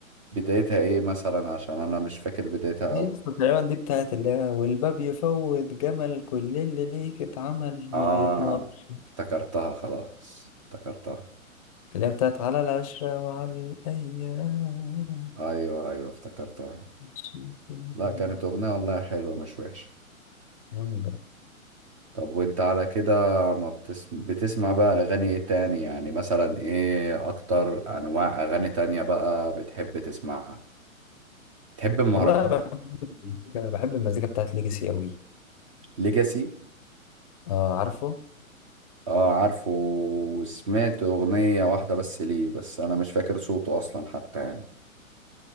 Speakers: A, on the right (about 25°); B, on the left (about 25°).
A: بدايتها ايه مثلا عشان انا مش فاكر بدايتها
B: دي لسه تقريبا دي بتاعت اللي هي والباب يفوت جمل كل اللي ليك اتعمل
A: آه
B: ما يتمرش
A: افتكرتها خلاص افتكرتها
B: اللي هي بتاعت على العشرة وعلى الأيام
A: أيوه أيوه افتكرتها
B: شوف الهوى.
A: لا كانت أغنية والله حلوة مش وحشة
B: جامدة
A: طب وانت على كده ما بتسمع بتسمع بقى أغاني ايه تاني يعني مثلا ايه أكتر أنواع أغاني تانية بقى بتحب تسمعها تحب المهرجان
B: والله بحب المزيكا بحب المزيكا بتاعت ليجاسي قوي
A: ليجاسي
B: اه عارفه
A: اه عارفه وسمعت أغنية واحدة بس ليه بس أنا مش فاكر صوته أصلا حتى يعني